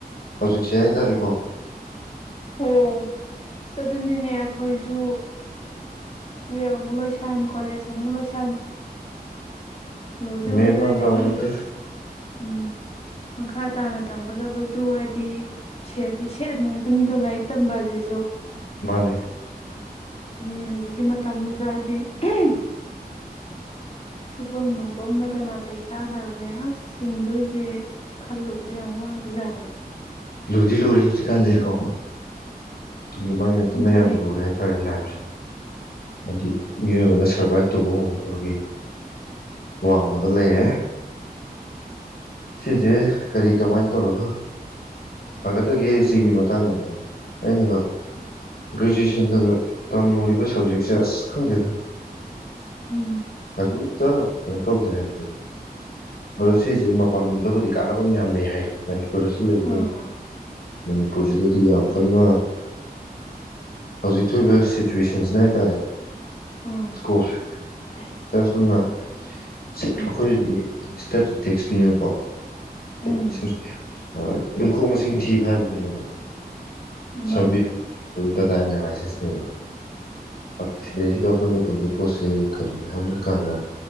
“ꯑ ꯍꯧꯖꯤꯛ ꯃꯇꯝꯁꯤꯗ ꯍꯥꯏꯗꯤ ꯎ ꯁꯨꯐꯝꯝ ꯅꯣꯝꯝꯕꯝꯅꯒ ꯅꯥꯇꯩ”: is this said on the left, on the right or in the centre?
Left